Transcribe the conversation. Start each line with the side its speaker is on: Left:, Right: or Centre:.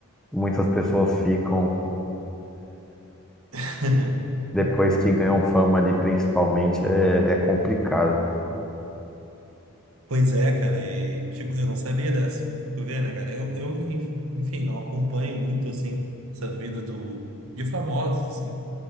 Centre: muitas pessoas ficam
Right: <laughs>
Centre: depois que ganham fama ali, principalmente, é, é complicado.
Right: Pois é, cara, e, tipo, eu não sabia dessa. Tu vê, né, cara, eu, eu, enfim, não acompanho muito, assim, essa vida do, de famosos, assim.